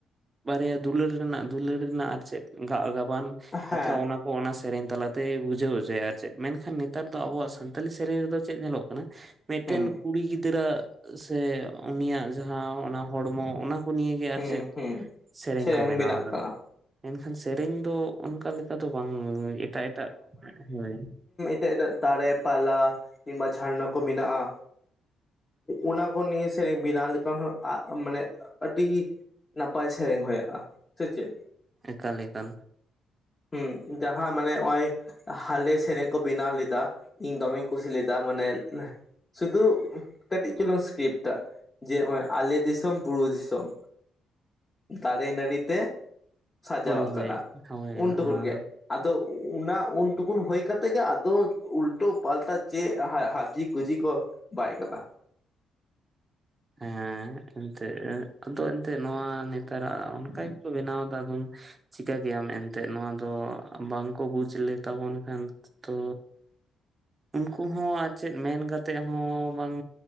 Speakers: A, on the right; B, on the left.
A: ᱵᱟᱨᱭᱟ ᱫᱩᱞᱟᱹᱲ ᱨᱮᱱᱟᱜ ᱫᱩᱞᱟᱹᱲ ᱨᱮᱱᱟᱜ ᱟᱨ ᱪᱮᱫ ᱜᱟ-ᱜ ᱜᱟᱵᱟᱱ᱾
B: ᱦᱮᱸ
A: ᱠᱟᱛᱷᱟ
B: ᱦᱮᱸ
A: ᱚᱱᱟ ᱠᱚ ᱚᱱᱟ ᱥᱮᱨᱮᱧ ᱛᱟᱞᱟᱛᱮᱭᱻ ᱵᱩᱡᱷᱟᱹᱣ ᱦᱚᱪᱚᱭᱟ ᱟᱨ ᱪᱮᱫ ᱢᱮᱱᱠᱷᱟᱱ ᱱᱮᱛᱼᱼ ᱛᱟᱨ ᱫᱚ ᱟᱵᱚᱣᱟᱜ ᱥᱟᱱᱛᱟᱞᱤ ᱥᱮᱨᱮᱧ ᱨᱮᱫᱚ ᱪᱮᱫ ᱧᱮᱞᱚᱜ ᱠᱟᱱᱟ, ᱢᱤᱫᱴᱮᱱ
B: ᱦᱩᱸ
A: ᱠᱩᱲᱤ ᱜᱤᱫᱽᱨᱟᱹ-ᱟᱜ ᱥᱮ ᱩᱱᱤᱭᱟᱜ ᱡᱟᱦᱟᱸ ᱚᱱᱟ ᱦᱚᱲᱢᱚ ᱚᱱᱟᱼᱼ ᱠᱩ ᱱᱤᱭᱟᱹᱜᱮ ᱟᱨ
B: ᱦᱩᱸ
A: ᱪᱮᱫ,
B: ᱦᱩᱸ
A: ᱥᱮᱨᱮᱧ ᱠᱚ ᱵᱮᱱᱟᱣ
B: ᱵᱮᱱᱟᱜ
A: ᱮᱫᱟ᱾
B: ᱠᱟᱱᱟ
A: ᱮᱱᱠᱷᱟᱱ ᱥᱮᱨᱮᱧ ᱫᱚ, ᱚᱱᱠᱟ ᱞᱮᱠᱟ ᱫᱚ ᱵᱟᱝ ᱮᱴᱟᱜ- ᱮᱴᱟᱜ, ᱦᱳᱭ᱾
B: ᱛᱮ-ᱜ ᱫᱟᱹ-ᱫ ᱫᱟᱲᱮ ᱯᱟᱞᱟ ᱠᱤᱝᱵᱟ ᱡᱷᱟᱨᱱᱟ ᱠᱚ ᱢᱮᱱᱟᱜ-ᱟ᱾ ᱚᱱᱟ ᱠᱚ ᱱᱤᱭᱮ ᱥᱮᱨᱮᱧ ᱵᱮᱱᱟᱣ ᱞᱮᱠᱷᱟᱱ ᱦᱚᱸ ᱟᱜ ᱢᱟᱱᱮ ᱟᱹᱰᱤ ᱱᱟᱯᱟᱭ ᱥᱮᱨᱮᱝ ᱦᱳᱭᱜ-ᱟ ᱥᱮ ᱪᱮᱫ?
A: ᱮᱠᱟᱞ ᱮᱠᱟᱞ
B: ᱦᱩᱸ ᱡᱟᱦᱟᱸ ᱢᱟᱱᱮ ᱦᱚᱸᱜ-ᱚᱭ, ᱦᱟᱞᱮ ᱥᱮᱨᱮᱧ ᱠᱚ ᱵᱮᱱᱟᱣ ᱞᱮᱫᱟ, ᱤᱧ ᱫᱚᱢᱮᱧ ᱠᱩᱥᱤ ᱞᱮᱫᱟ ᱢᱟᱱᱮ ᱥᱩᱫᱩᱜ ᱠᱟᱹᱴᱤᱡ ᱪᱩᱞᱩᱝ ᱤᱥᱠᱤᱯᱴᱟ ᱡᱮ ᱦᱚᱸᱜ-ᱚᱭ ᱟᱞᱮ ᱫᱤᱥᱚᱢ ᱵᱩᱨᱩ ᱫᱤᱥᱚᱢ᱾ ᱫᱟᱨᱮ ᱱᱟᱹᱨᱤ ᱛᱮ ᱥᱟᱡᱟᱣ
A: ᱦᱳᱭ
B: ᱟᱠᱟᱱᱟ
A: ᱦᱳᱭ ᱦᱳᱭ
B: ᱩᱱ
A: ᱱᱚᱣᱟ
B: ᱫᱚ ᱩᱱᱜᱮ
A: ᱦᱮᱸ
B: ᱟᱫᱚ ᱩᱼᱼ ᱚᱱᱟ ᱩᱱ ᱴᱩᱠᱩᱱ ᱦᱳᱭ ᱠᱟᱛᱮᱜᱮ ᱟᱫᱚ ᱩᱞᱴᱳ ᱯᱟᱞᱴᱟ ᱪᱮᱫ ᱦᱟ ᱦᱟᱡᱤ ᱜᱩᱡᱤ ᱠᱚ ᱵᱟᱭ ᱠᱟᱫᱟ᱾
A: ᱦᱮᱸᱻ ᱦᱮᱸᱜ ᱮᱱᱛᱮᱫ ᱮᱸᱜ ᱟᱫᱚ ᱮᱱᱛᱮ ᱱᱚᱣᱟ ᱱᱮᱛᱟᱨᱟᱜ ᱚᱱᱠᱟ ᱜᱮᱠᱚ ᱵᱮᱱᱟᱣᱫᱟ ᱟᱫᱚᱢᱼᱼ ᱪᱤᱠᱟᱹ ᱠᱮᱭᱟᱢ ᱮᱱᱛᱮᱫ ᱱᱚᱣᱟ ᱫᱚ ᱵᱟᱝᱠᱚ ᱵᱩᱡᱽ ᱞᱮᱛᱟᱵᱚᱱ ᱠᱷᱟᱱ᱾ ᱛᱚᱻ ᱩᱱᱠᱩ ᱦᱚᱸ ᱟᱨ ᱪᱮᱫ ᱢᱮᱱ ᱠᱟᱛᱮᱫ ᱦᱚᱸ ᱵᱟᱝ,